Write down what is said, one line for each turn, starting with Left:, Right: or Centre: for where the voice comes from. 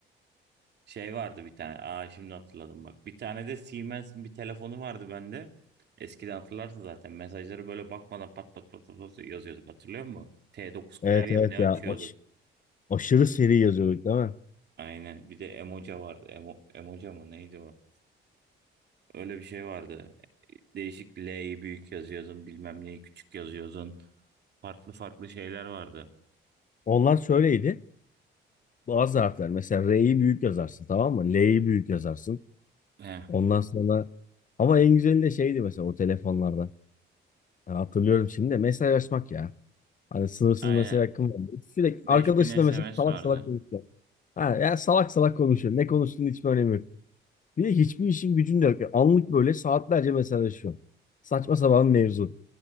Right: Şey vardı bir tane. Aa şimdi hatırladım bak. Bir tane de Siemens'in bir telefonu vardı bende. Eskiden hatırlarsın zaten. Mesajları böyle bakmadan pat pat pat pat pat yazıyorduk hatırlıyor musun? T9 klavye
Left: Evet evet
Right: mi ne açıyorduk?
Left: ya aş- aşırı seri yazıyorduk değil mi?
Right: Aynen. Bir de Emoca vardı. Emo, Emoca mı neydi o? Öyle bir şey vardı. Değişik L'yi büyük yazıyordun, bilmem neyi küçük yazıyordun. Farklı farklı şeyler vardı.
Left: Onlar şöyleydi. Bazı harfler mesela R'yi büyük yazarsın tamam mı? L'yi büyük yazarsın.
Right: He,
Left: Ondan sonra ama en güzeli de şeydi mesela o telefonlarda. Ya hatırlıyorum şimdi de mesajlaşmak ya. Hani sınırsız
Right: aynen.
Left: mesaj hakkım var. Sürekli
Right: 5000
Left: arkadaşına
Right: SMS
Left: mesela salak
Right: vardı.
Left: salak konuşuyor. Ha, ya salak salak konuşuyor. Ne konuştuğunun hiçbir önemi yok. Bir de hiçbir işin gücün de yok. Yani Anlık böyle saatlerce mesajlaşıyor. Saçma sapan mevzu.